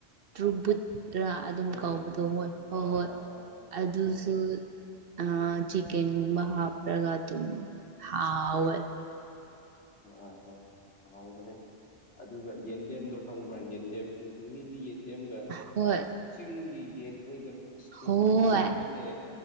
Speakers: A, on the right; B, on the left.
A: ꯇ꯭ꯔꯨꯕꯨꯠꯂꯥ ꯑꯗꯨꯝ
B: ꯇꯣꯔꯕꯣꯠ
A: ꯀꯧꯕꯗꯣ ꯍꯣꯏ ꯍꯣꯏ
B: ꯑꯥ
A: ꯍꯣꯏ
B: ꯑꯥ ꯑꯥ
A: ꯑꯗꯨꯁꯨ
B: ꯑꯥ
A: ꯎꯠ ꯑꯥ ꯆꯤꯀꯟꯒꯨꯝꯕ ꯍꯥꯞꯄ꯭ꯔꯒꯥ ꯗꯨꯝ ꯍꯥꯎꯋꯦ
B: ꯍꯣꯏ ꯍꯣꯏ ꯍꯣꯏ ꯍꯥꯎꯕꯅꯦ ꯑꯗꯨꯒ ꯌꯦꯟꯗꯦꯝꯗꯣ ꯈꯪꯕ꯭ꯔꯥ ꯌꯦꯟꯗꯦꯝꯈꯣꯏ ꯆꯤꯡꯃꯤꯗꯤ ꯌꯦꯟꯗꯦꯝꯒ
A: ꯍꯣꯏ
B: ꯆꯤꯡꯒꯤ ꯌꯦꯟꯈꯣꯏꯒ ꯊꯨꯕꯗꯤ
A: ꯍꯣꯏ
B: ꯍꯥꯎꯕꯅꯤꯅꯦ